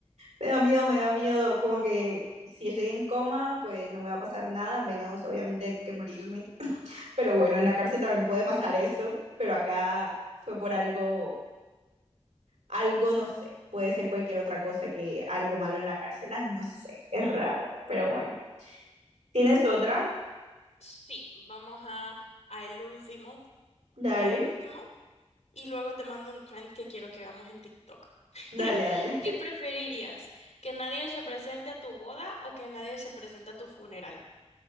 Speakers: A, on the right; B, on the left.
A: Me da miedo, me da miedo, como que si estoy en coma, pues no me va a pasar nada, menos obviamente que morirme. Pero bueno, en la cárcel también puede pasar eso, pero acá fue por algo, algo, no sé, puede ser cualquier otra cosa que algo malo en la cárcel, ay, no sé, es raro, pero bueno. ¿Tienes otra?
B: Sí, vamos a, a el último,
A: Dale,
B: al último, y luego te mando un trend que quiero que hagamos en TikTok.
A: dale,
B: <laughs>
A: dale.
B: ¿Qué preferirías? ¿Que nadie se presente a tu boda o que nadie se presente a tu funeral?